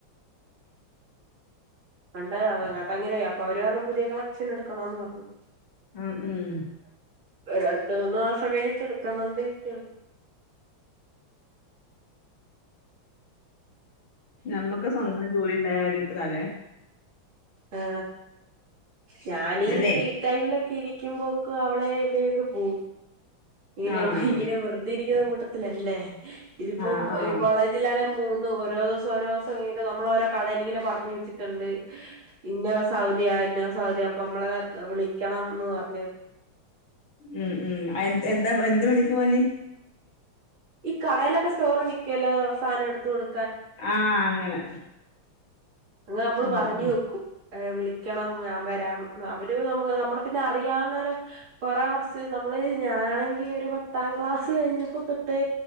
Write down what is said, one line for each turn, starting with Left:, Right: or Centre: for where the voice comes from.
Right: പണ്ട് അത് അങ്ങത്തങ്ങനെയാ അപ്പ അവര് പറഞ്ഞ് പുതിയ കണക്ഷൻ എടു ക്കണോന്ന് പറഞ്ഞു
Left: ഉം ഉം
Right: <unintelligible> രണ്ട് മൂന്ന് മാസം കഴിഞ്ഞിട്ട് എടുക്കാന്ക്കണ്ടിരിക്കാണ്
Left: നമ്മക്ക് സ്വന്തം ജോലിണ്ടായ ഒര് ക്ക്താല്ലെ
Right: ആ ഞാനീ
Left: അല്ലേ
Right: ഫ്രീ ടൈമിലൊക്കെ ഇരി ക്കുമ്പോക്കെ അവിടെ ഇവിടെക്ക പോവും ഇങ്ങനെ
Left: ആഹ്
Right: ഉഹ്‌യ്യിനെ വെറുതെ ഇരി ഇയാ കൂട്ടത്തിലല്ലേ ഇതിപ്പം
Left: ആഹ് ആഹ്
Right: കോളേജിലാണെ മൂന്ന് ഓരോ ദിവസം ഓരോസം ഈ നമ്മളോരോ കടയിലിങ്ങനെ പറഞ്ഞ് വെച്ചിട്ടുണ്ട് ഇന്നോസം അവധിയാ ഇന്നോസം അവധിയാ അപ്പം അമ്മള് വിളിക്കണന്ന് പറഞ്ഞ്
Left: ഉം ഉം അന് എന്താ എന്ത് <unintelligible> പണി
Right: ഈ കടേലൊക്കെ സ്റ്റോറി നിക്കല്ലോ സാനം എടുത്ത് കൊടു
Left: ആ അങ്ങനെ
Right: അത് നമ്മള്
Left: ഉം
Right: പറഞ്ഞു
Left: ഉം
Right: വെക്കും ഏ വിളിക്കണം ഞാൻ വരാം അവര് നമ്മള് നമ്മള പിന്നെ അറിയാവുന്നവര് കൊറെ വർസായ നമ്മളെ ഞാനാ ആണെങ്കിൽ ഒരു പത്താം ക്ലാസ് കഴിഞ്ഞ് ട്ട്